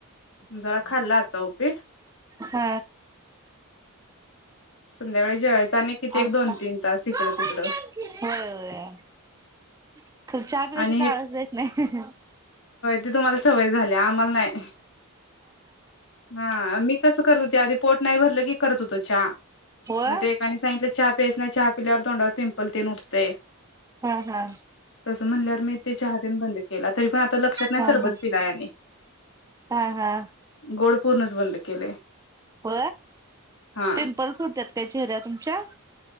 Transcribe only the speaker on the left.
जरा खाल्ला आता उपीट
संध्याकाळी जेवायचं आणि किती एक
दोन तीन तास इकडं
तिकडं
आणि
ते तुम्हाला सवय झाल्या आम्हाला नाही हां मी कस करत होते आधी पोट नाही भरल की करत होतो चहा
मग एका सांगितल चहा पि पेस नाही चहा पिल्यावर तोंडावर पिंपल तेन उठतय
तसं म्हणल्यार मी त्याच्या हातीने बंद केला तरी पण आता लक्षात नाही
सरबत
पिलाय आणि
गोड पूर्णच बंद केलंय
हा